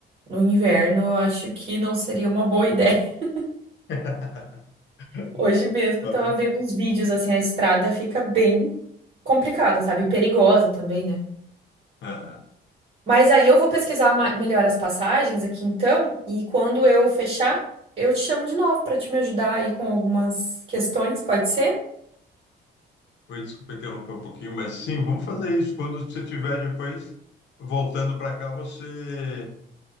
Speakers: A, on the right (about 45°); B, on the left (about 65°).
A: no inverno eu acho que não seria uma boa ideia. <laughs>
B: <laughs>
A: Hoje
B: Não,
A: mesmo
B: mas
A: eu tava
B: vai.
A: vendo uns vídeos assim, a estrada fica bem complicada, sabe? E Perigosa também, né?
B: Ah.
A: Mas aí eu vou pesquisar ma- melhor as passagens aqui então, e quando eu fechar, eu te chamo de novo para te me ajudar aí com algumas questões, pode ser?
B: Oi, desculpa interromper um pouquinho, mas sim, vamos fazer isso. Quando você tiver depois voltando para cá, você,